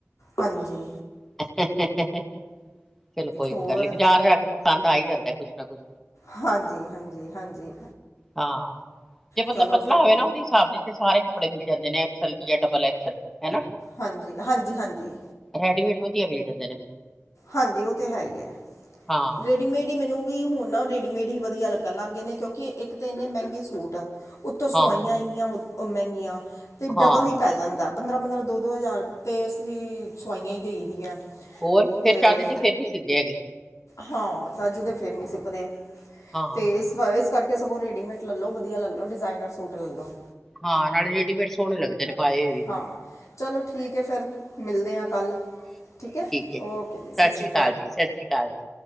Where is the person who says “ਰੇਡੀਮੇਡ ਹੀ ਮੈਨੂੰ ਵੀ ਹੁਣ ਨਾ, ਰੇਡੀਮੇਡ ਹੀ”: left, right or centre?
Left